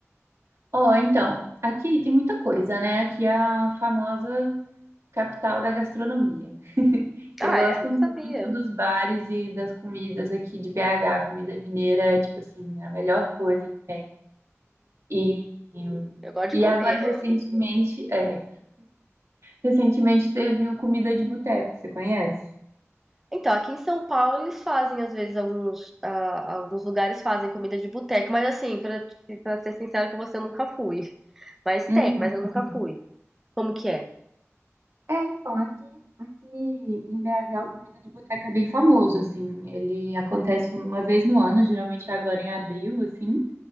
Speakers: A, on the right; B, in the centre.
A: Ó, então, aqui tem muita coisa, né? Aqui é a famosa capital da gastronomia. <laughs> Eu
B: Ah,
A: gosto
B: é? Não
A: muito
B: sabia.
A: dos bares e das comidas aqui de BH. Comida mineira é, tipo assim, a melhor coisa que tem. E,
B: Eu gosto
A: e
B: de comer.
A: agora, recentemente, é, recentemente teve o Comida de Boteco, você conhece?
B: Então, aqui em São Paulo eles fazem, às vezes, alguns, ah, alguns lugares fazem comida de boteco, mas assim, pra, te- pra ser sincero com você, eu nunca fui. Mas
A: Hum,
B: tem, mas eu nunca fui. Como que é?
A: é, então, aqui, aqui em BH, o comida de boteca é bem famoso, assim. Ele acontece uma vez no ano, geralmente agora em abril, assim.